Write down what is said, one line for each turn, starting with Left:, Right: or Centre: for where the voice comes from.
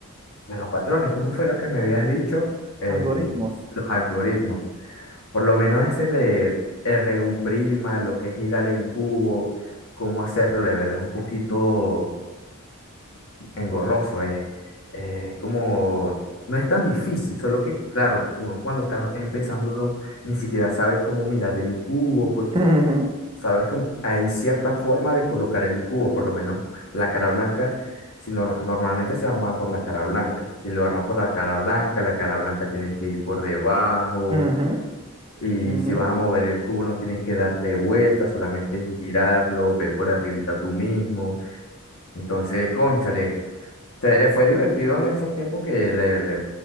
Left: de los patrones. ¿Cómo fue lo que me habías dicho? El,
Right: Algoritmos.
Left: los algoritmos. Por lo menos ese de RU prima, lo que es girar el cubo, cómo hacerlo, de verdad es un poquito engorroso. Es, es como, no es tan difícil, solo que, claro, uno cuando está empezando, uno ni siquiera sabe cómo mirar el cubo, porque
Right: Ujú,
Left: ¿Sabes? Como hay cierta forma de colocar el cubo, por lo menos la cara blanca, si nor- normalmente se arma por la cara blanca. Si lo armas por la cara blanca, la cara blanca tienes que ir por debajo
Right: ujú,
Left: y
Right: ujú.
Left: si vas a mover el cubo no tienes que darle vuelta, solamente girarlo, ve por arribita tú mismo. Entonces, cónchale, te- fue divertido en estos tiempos que le- le-